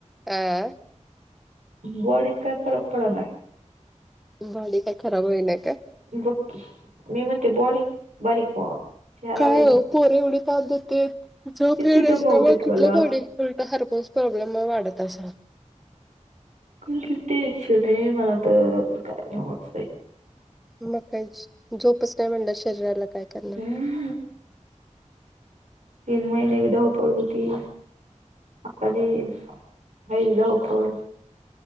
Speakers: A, in the centre; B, on the right.
A: हह
B: बॉडीत काय फरक पडत नाही
A: बॉडी काही खराब होई नाही का
B: बक्की मी म्हणते बॉडी बारीक व्हावा चेहरा
A: काय
B: वेगळा
A: पोरे एवढे ताात देते ज
B: किती
A: फेड
B: दमवतेत
A: असल्यामुळे
B: मला.
A: कुठलं पाडे खरकच प्रॉब्लेम वाढत असा
B: कुण टेन्शन आहे मला तर काय नवचई
A: मग का झोपच नाहीय म्हणल्या शरीराला काय करणार
B: हम्म तीन महिने विधाव पड होती करी वैधवपूर